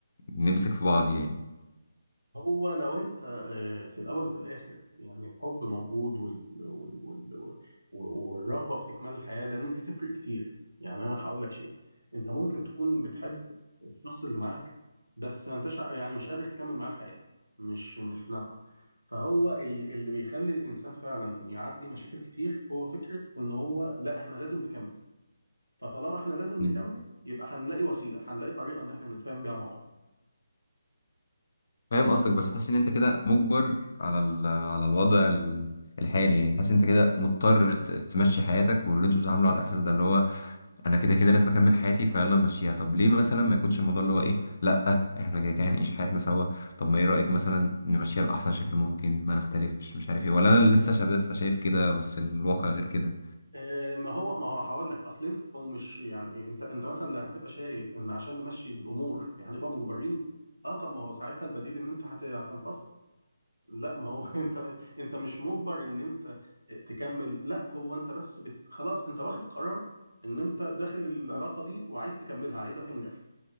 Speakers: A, on the left; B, on the right.
A: نمسك في بعض يعني
B: هو لو انت آه، في الاول وفي الاخر يعني الحب موجود وال... وال... وال... والرغبه في اكمال الحياه لان دي تفرق كتير يعني انا هقول لك شيء انت ممكن تكون بتحب الشخص اللي معاك بس ما انتش ع- يعني مش قادر تكمل معاه الحياه مش مش نافعه فهو ال- اللي بيخلي الانسان فعلا يعدي مشاكل كتير هو فكره ان هو لا احنا لازم نكمل فطالما احنا لازم
A: مم.
B: نكمل يبقى هنلاقي وسيله هنلاقي طريقه ان احنا نتفاهم بيها مع بعض
A: فاهم قصدك بس حاسس ان انت كده مجبر على ال- على الوضع ال- الحالي يعني حاسس انت كده مضطر ت- تمشي حياتك واللي انتوا بتتعاملوا على الاساس ده اللي هو انا كده كده لازم اكمل حياتي فيلا نمشيها طب ليه مثلا ما يكونش الموضوع اللي هو ايه لا احنا كده كده هنعيش حياتنا سوا طب ما ايه رايك مثلا نمشيها باحسن شكل ممكن ما نختلفش مش عارف ايه ولا انا لسه شباب فشايف كده بس الواقع غير كده
B: آه، ما هو ما هو هقول لك اصل انت لو مش يعني إيه، انت انت مثلا لو هتبقى شايف ان عشان نمشي الامور هنبقى مجبرين اه طب ما هو ساعتها البديل ان انت هت- هتنفصل لا ما هو <laughs> انت انت مش مجبر ان انت تكمل لا هو انت بس بت خلاص انت واخد قرار ان انت داخل العلاقه دي وعايز تكملها عايزها تنجح